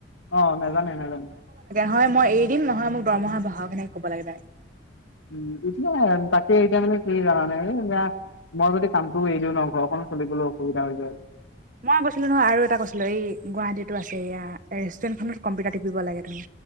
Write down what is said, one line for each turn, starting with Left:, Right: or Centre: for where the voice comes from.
Left: অ, নাজানে নাজানে।
Right: হয় মই এৰি দিম নহয় মোক দৰমহা বঢ়াওক এনেকে ক'ব লাগে ডাইৰেক।
Left: উম, এতিয়া তাকে এতিয়া মানে কি জানানে এই এয়া মই যদি কামটোও এৰি দিওঁ ন ঘৰখনো চলিবলৈ অসুবিধা হৈ যায়।
Right: মই কৈছিলোঁ নহয় আৰু এটা কৈছিলোঁ এই গুৱাহাটীতো আছে এয়া ৰেষ্টুৰেন্টখনত কম্পিউটাৰ টিপিব লাগে তুমি।